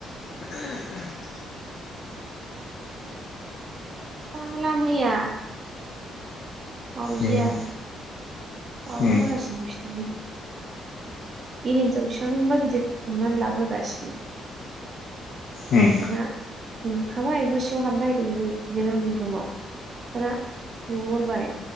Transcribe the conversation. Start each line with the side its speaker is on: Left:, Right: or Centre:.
Right: बाला मैया मावजिया
Left: उम
Right: दावराव
Left: उम
Right: जागासिनो बिसिनिथिं एनजर बेसेबांबा गिदिर हमना लाबोगासिनो।
Left: उम
Right: दाना हमखाबाय न' सिङाव हाबनो नागिरदोंमोन बियो बिदिनो आंनि रुमाव दा नुहरबाय